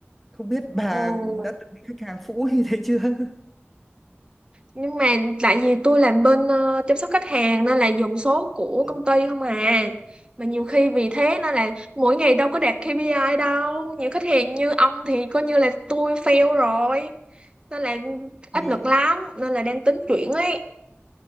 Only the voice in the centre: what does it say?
Không biết bà
đã từng bị khách hàng phũ <laughs> như thế chưa? <laughs>
Ừ,
Thì